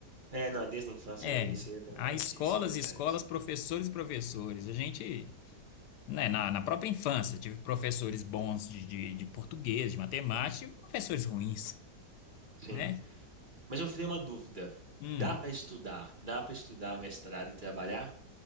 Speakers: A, on the right; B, on the left.
A: É, não, desde a infância,
B: É,
A: isso é verdade.
B: há escolas
A: Isso é verdade.
B: e escolas, professores e professores. A gente, né, na, na própria infância, tive professores bons de, de, de português, de matemática, tive professores ruins,
A: Sim.
B: né?
A: Mas eu tenho uma dúvida.
B: Hum,
A: Dá para estudar? Dá para estudar o mestrado e trabalhar